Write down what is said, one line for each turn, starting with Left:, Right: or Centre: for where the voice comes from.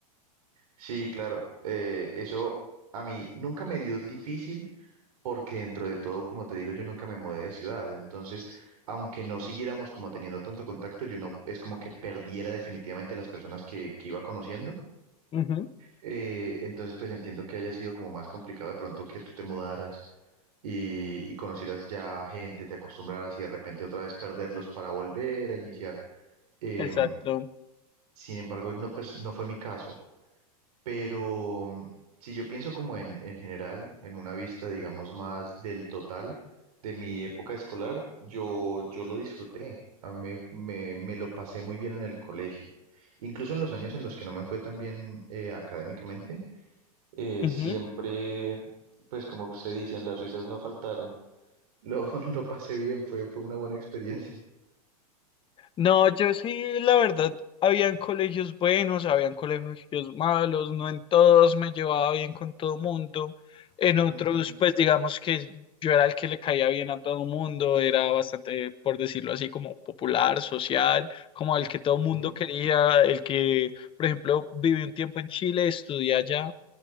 Right: Sí, claro, eh, eso a mí nunca me dio difícil porque dentro de todo, como te digo, yo nunca me mudé de ciudad, entonces, aunque no siguiéramos como teniendo tanto contacto, yo no, es como que perdiera definitivamente las personas que, que iba conociendo,
Left: Ujú,
Right: eh, entonces pues entiendo que haya sido como más complicado de pronto que tú te mudaras y, y conocieras ya gente, te acostumbraras y de repente otra vez perderlos para volver a iniciar. Em,
Left: exacto.
Right: sin embargo, no, pues, no fue mi caso, pero mm, si yo pienso como en, en general, en una vista, digamos, más del total de mi época escolar, yo, yo lo disfruté, a mí me, me- me lo pasé muy bien en el colegio. Incluso en los años en los que no me fue tan bien eh, académicamente, eh,
Left: Ujú.
Right: siempre, pues como se dice, las risas no faltaron lo, <laughs> lo pasé bien, fue, fue una buena experiencia.
Left: No, yo sí, la verdad, habían colegios buenos, habían colegios malos, no en todos me llevaba bien con todo mundo, en otros,
Right: Ujú,
Left: pues digamos que yo era el que le caía bien a todo mundo, era bastante, por decirlo así, como popular, social, como el que todo mundo
Right: ujú,
Left: quería, el que, por ejemplo, viví un tiempo en Chile, estudié allá.